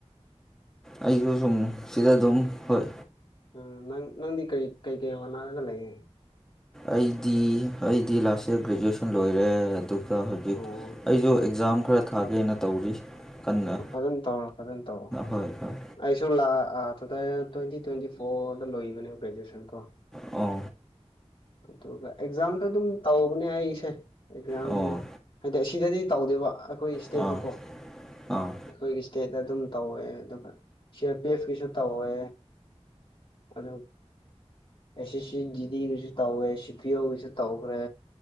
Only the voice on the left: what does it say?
ꯎ ꯅꯪ ꯅꯪꯗꯤ ꯀꯔꯤ ꯀꯩꯀꯩ ꯋꯥꯅꯔꯒ ꯂꯩꯌꯦꯦ
ꯑꯣ
ꯑꯣ ꯐꯖꯅ ꯇꯧꯔ ꯐꯖꯅ ꯇꯧꯑꯣ
ꯑꯩꯁꯨ ꯂꯥꯛ ꯑꯥ ꯑꯗꯨꯗ ꯇ꯭ꯋꯦꯟꯇꯤ ꯇ꯭ꯋꯦꯟꯇꯤ ꯐꯣꯔꯗ ꯂꯣꯏꯕꯅꯦ ꯭ꯔꯦꯖꯨꯋꯦꯁꯟ ꯀꯣ
ꯑꯗꯨꯒ ꯑꯦꯛꯖꯥꯝꯗ ꯑꯗꯨꯝ ꯇꯧꯧꯕꯅꯦ ꯑꯩꯁꯦ ꯑꯦꯛꯖꯥꯝ
ꯍꯥꯏꯗꯤ ꯑꯁꯤꯗꯗꯤ ꯇꯧꯗꯦꯕ ꯑꯩꯈꯣꯏ ꯏꯁꯇꯦꯠꯇ
ꯀꯣ
ꯑꯩꯈꯣꯏꯒꯤ ꯏꯁꯇꯦꯠꯇ ꯑꯗꯨꯝ ꯇꯧꯋꯦ ꯑꯗꯨꯒ ꯁꯤ ꯑꯥꯔ ꯄꯤ ꯑꯦꯐꯀꯤꯁꯨ ꯇꯧꯋꯦ ꯑ ꯑꯦꯁ ꯑꯦꯁ ꯗꯤꯗꯤꯒꯤꯁꯨ ꯇꯧꯋꯦ ꯁꯤ ꯄꯤ ꯑꯣꯒꯤꯁꯨ ꯇꯧꯈ꯭ꯔꯦ